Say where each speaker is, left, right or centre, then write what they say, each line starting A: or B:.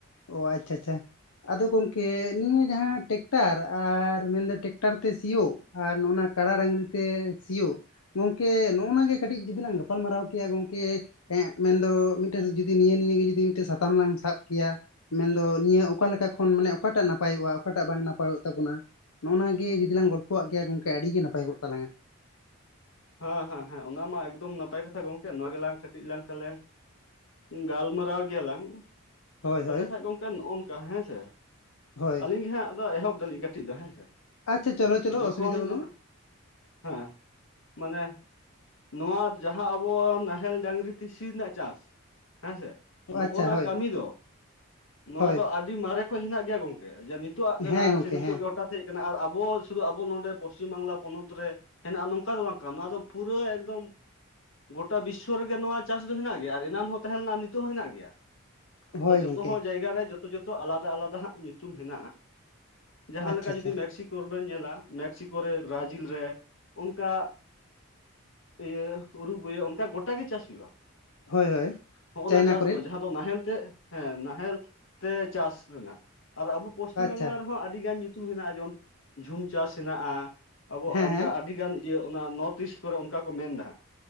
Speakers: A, on the left (about 85°); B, on the left (about 60°).
A: ᱚᱻ ᱟᱪᱪᱷᱟ ᱟᱪᱪᱷᱟ ᱟᱫᱚ ᱜᱚᱝᱠᱮ ᱱᱤᱭᱟᱹ ᱡᱟᱦᱟᱸ ᱴᱮᱠᱴᱟᱨ ᱟᱨ ᱢᱮᱱᱫᱚ ᱴᱮᱠᱴᱟᱨ ᱛᱮ ᱥᱤᱭᱳᱜ ᱟᱨ ᱱᱚᱜᱼᱱᱟ ᱠᱟᱲᱟ ᱰᱟᱝᱜᱽᱨᱤ ᱥᱤᱭᱩᱼᱼ ᱛᱮ ᱥᱤᱭᱩᱜ ᱜᱚᱝᱠᱮ ᱱᱚᱜᱼᱱᱟ ᱜᱮ ᱠᱟᱹᱴᱤᱡ ᱡᱩᱫᱤ ᱞᱟᱝ ᱜᱟᱯᱟᱞᱢᱟᱨᱟᱣ ᱠᱮᱭᱟ ᱜᱚᱝᱠᱮ ᱮᱸᱜᱻ ᱢᱮᱱᱫᱚ ᱢᱤᱫᱴᱮᱱ ᱡᱩᱫᱤ ᱱᱤᱭᱟᱹ ᱱᱤᱭᱟᱹᱜᱮ ᱡᱩᱫᱤ ᱢᱤᱫᱴᱮᱱ ᱥᱟᱛᱟᱢ ᱞᱟᱝ ᱥᱟᱵ ᱠᱮᱭᱟ ᱢᱮᱱᱫᱚ ᱱᱤᱭᱟᱹ ᱚᱠᱟᱮᱠᱟ ᱠᱷᱚᱱ ᱢᱟᱱᱮ ᱚᱠᱟᱴᱟᱜ ᱱᱟᱯᱟᱭᱚᱜᱼᱟ ᱚᱠᱟᱴᱟᱜ ᱵᱟᱝ ᱱᱟᱯᱟᱭᱚᱜ ᱛᱟᱵᱚᱱᱟ ᱱᱚᱜᱼ ᱱᱟ ᱜᱮ ᱡᱩᱫᱤ ᱞᱟᱝ ᱜᱚᱞᱯᱷᱚ ᱟᱜ ᱜᱮᱭᱟ ᱜᱚᱢᱠᱮ ᱟᱹᱰᱤᱜᱮ ᱱᱟᱯᱟᱭ ᱠᱚᱜ ᱛᱟᱞᱟᱝᱟ
B: ᱦᱮᱸ ᱦᱮᱸ ᱦᱮᱸ ᱚᱱᱟ ᱢᱟ ᱮᱠᱫᱚᱢ ᱱᱟᱯᱟᱭ ᱠᱟᱛᱷᱟ ᱜᱚᱝᱠᱮ ᱱᱚᱣᱟ ᱜᱮᱞᱟᱝ ᱠᱟᱹᱴᱤᱡ ᱞᱟᱝ ᱛᱟᱞᱟᱝ ᱜᱟᱞᱢᱟᱨᱟᱣ ᱜᱮᱭᱟ ᱞᱟᱝ
A: ᱦᱳᱭ
B: ᱛᱟᱦᱚᱞᱮ
A: ᱦᱳᱭ
B: ᱠᱷᱟᱭᱡ ᱜᱚᱝ ᱠᱮ ᱱᱚᱝᱠᱟ ᱦᱮᱸ ᱥᱮ
A: ᱦᱳᱭ
B: ᱟᱹᱞᱤᱧ ᱜᱮ ᱦᱟᱸᱜ ᱟᱫᱚ ᱮᱦᱚᱵ ᱫᱟᱞᱤᱧ ᱠᱟᱹᱴᱤᱡ ᱫᱚ ᱦᱮᱸ ᱥᱮ᱾
A: ᱟᱪᱪᱷᱟ ᱪᱚᱞᱚ ᱪᱚᱞᱚ
B: ᱡᱚᱠᱷᱚᱱ
A: ᱚᱥᱩᱵᱤᱫᱷᱟ ᱵᱟᱹᱱᱩᱜᱼᱟ
B: ᱚᱱ ᱦᱮᱸ, ᱢᱟᱱᱮ ᱱᱚᱣᱟ ᱡᱟᱦᱟᱸ ᱟᱵᱚ ᱱᱟᱦᱮᱞ ᱰᱟᱝᱨᱤ ᱛᱤᱥᱤ ᱨᱮᱱᱟᱜ ᱪᱟᱥ, ᱦᱮᱸᱥᱮ ᱱᱚᱜ
A: ᱟᱪᱪᱷᱟ
B: ᱼᱚ ᱱᱟ
A: ᱦᱳᱭ
B: ᱠᱟᱹᱢᱤ ᱫᱚ ᱱᱚᱣᱟ
A: ᱦᱳᱭ
B: ᱫᱚ ᱟᱹᱰ ᱟᱹᱰᱤ ᱢᱟᱨᱮ ᱠᱷᱚᱩᱡ ᱦᱮᱱᱟᱜ ᱜᱮᱭᱟ ᱜᱚᱝᱠᱮ ᱡᱮ ᱱᱤᱛᱜᱼᱟᱜ ᱠᱟᱱᱟ
A: ᱦᱮᱸ ᱜᱚᱝᱠᱮ
B: ᱥᱮ ᱱᱤᱛᱚᱜ
A: ᱦᱮᱸ
B: ᱜᱮ, ᱦᱚᱴᱟᱛ ᱦᱮᱡ ᱠᱟᱱᱟ ᱟᱨ ᱟᱵᱚ ᱥᱩᱫᱩ ᱟᱵᱚ ᱱᱚᱰᱮ ᱯᱚᱥᱪᱤᱢ ᱵᱟᱝᱞᱟ ᱯᱚᱱᱚᱛ ᱨᱮ ᱦᱮᱱᱟᱜᱼᱟ, ᱱᱚᱝᱠᱟ ᱫᱚ ᱵᱟᱝ ᱠᱟ ᱱᱚᱣᱟ ᱫᱚ ᱯᱩᱨᱟᱹ ᱮᱠᱫᱚᱢ ᱜᱚᱴᱟ ᱵᱤᱥᱥᱚ ᱨᱮᱜᱮ ᱱᱚᱣᱟ ᱪᱟᱥ ᱫᱚ ᱦᱮᱱᱟᱜ ᱜᱮᱭᱟ ᱟᱨ ᱮᱱᱟᱱ ᱦᱚᱸ ᱛᱟᱦᱮᱸ ᱞᱮᱱᱟ ᱱᱤᱛᱚᱜ ᱦᱚᱸ ᱦᱮᱱᱟᱜ ᱜᱮᱭᱟ᱾
A: ᱦᱳᱭ
B: ᱟᱫᱚ ᱡᱚᱛᱚ
A: ᱜᱚᱝᱠᱮ
B: ᱦᱚ ᱡᱟᱭᱜᱟ ᱨᱮ ᱡᱚᱛᱚ ᱡᱚᱛᱚ ᱟᱞᱟᱫᱟ ᱟᱞᱟᱫᱟ ᱦᱟᱸᱜ ᱧᱩᱛᱩᱢ ᱦᱮᱱᱟᱜᱼᱟ᱾ ᱡᱟᱦᱟᱸᱞᱮᱠᱟ
A: ᱟᱪᱪᱷᱟ ᱟᱪᱪᱷᱟ
B: ᱡᱩᱫᱤ ᱢᱮᱠᱥᱤᱠᱳ ᱨᱮ ᱵᱤᱱ ᱧᱮᱞᱟ, ᱢᱮᱠᱥᱤᱠᱳ ᱨᱮ ᱵᱨᱟᱡᱤᱞ ᱨᱮ ᱚᱱᱠᱟ ᱤᱭᱟᱹ ᱩᱨᱩᱜᱩᱭ ᱚᱱᱠᱟ ᱜᱚᱴᱟ ᱜᱮ ᱪᱟᱥ ᱦᱩᱭᱩᱜᱼᱟ᱾ᱱᱚᱼᱚᱭ
A: ᱦᱳᱭ ᱦᱳᱭ ᱪᱟᱭᱱᱟ
B: ᱱᱟ ᱪᱟᱥ
A: ᱠᱚᱨᱮᱱ
B: ᱫᱚ ᱡᱟᱦᱟᱸ, ᱼᱼ ᱛᱚ ᱱᱟᱦᱮᱞ ᱛᱮ ᱦᱮᱸ ᱱᱟᱦᱮᱞ ᱛᱮ ᱪᱟᱥ ᱨᱮᱱᱟᱜ ᱟᱨ ᱟᱵᱚ ᱯᱚᱥᱪᱤᱢ
A: ᱟᱪᱪᱷᱟ
B: ᱵᱟᱝᱞᱟ ᱨᱮᱦᱚᱸ ᱟᱹᱰᱤᱜᱟᱱ ᱧᱩᱛᱩᱢ ᱦᱮᱱᱟᱜ ᱡᱮᱢᱚᱱ ᱡᱷᱩᱢ ᱪᱟᱥ ᱦᱮᱱᱟᱜᱼᱟ᱾ ᱟᱵᱚ
A: ᱦᱮᱸ
B: ᱚᱱᱠᱟ
A: ᱦᱮᱸ
B: ᱟᱹᱰᱤ ᱜᱟᱱ ᱤᱭᱟᱹ ᱚᱱᱟ ᱱᱚᱨᱛᱷ ᱤᱥᱴ ᱠᱚᱨᱮ ᱚᱱᱠᱟ ᱠᱚ ᱢᱮᱱᱫᱟ ᱦᱟᱸᱜ᱾